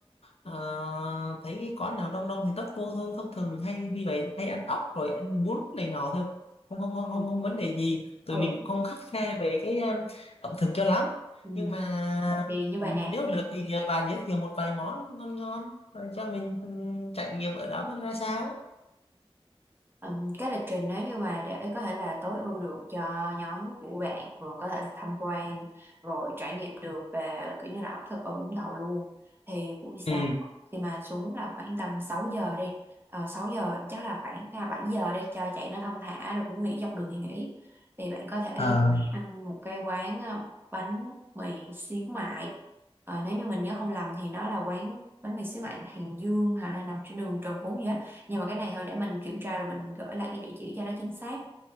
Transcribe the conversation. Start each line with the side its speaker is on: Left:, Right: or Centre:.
Left: ờ, thấy cái quán nào đông đông thì tấp vô thôi thông thường mình hay đi vậy hay ăn ốc rồi ăn bún này nọ thôi không không không
Right: ừ
Left: không không vấn đề gì tụi
Right: ừ.
Left: mình cũng không khắt khe về cái um, ẩm thực cho lắm
Right: Ừ.
Left: nhưng mà
Right: thì như vậy
Left: nếu
Right: nè
Left: được thì nhờ bà giới thiệu một vài món ngon ngon rồi cho mình ừ, trải nghiệm ở đó coi ra sao
Right: Ừm, cái lịch trình nếu như mà để có thể là tối ưu được cho nhóm của bạn vừa có thể là tham quan rồi trải nghiệm được về kiểu như là ẩm thực ở Vũng Tàu luôn thì buổi sáng
Left: ừ
Right: khi mà xuống là khoảng tầm 6 giờ đi ờ, 6 giờ chắc là khoảng à, 7 giờ đi cho chạy nó thong thả rồi muốn nghỉ dọc đường thì nghỉ thì bạn có thể
Left: Ờ.
Right: ăn một cái quán ờ, bánh mì xíu mại Ờ, nếu như mình nhớ không lầm thì nó là quán bánh mì xíu mại Hàng Dương hay là nằm trên đường Trần Phú gì á nhưng mà cái này thôi để mình kiểm tra rồi mình gửi lại cái địa chỉ cho nó chính xác